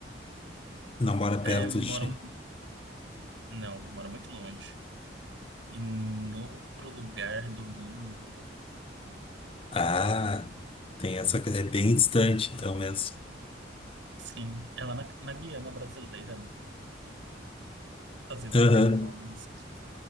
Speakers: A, on the left; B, on the right.
A: não mora perto
B: é, moram,
A: de ti.
B: não, moram muito longe, em outro lugar do mundo.
A: Ah, tem essa coisa, é bem distante então mesmo.
B: Sim, é lá na, na Guiana brasileira, né? Fazedor
A: Aham.
B: meme logo, não sei se você,